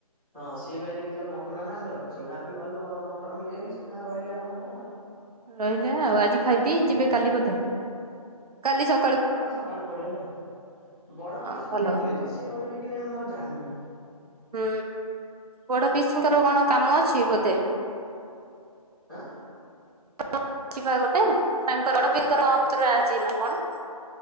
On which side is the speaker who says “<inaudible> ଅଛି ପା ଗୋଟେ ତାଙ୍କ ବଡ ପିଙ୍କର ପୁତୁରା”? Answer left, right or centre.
Right